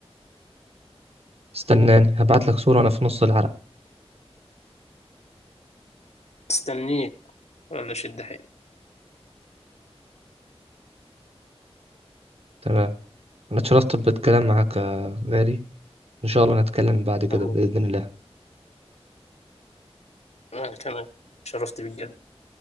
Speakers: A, on the right; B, on the left.
A: استناني هبعتلك صورة أنا في نص العرق
B: استنيك ولا شد حيلك
A: تمام أنا اتشرفت بالكلام معاك يا غالي إن شاء الله نتكلم بعد كده
B: أنا
A: بإذن الله
B: أنا كمان شرفت بالجد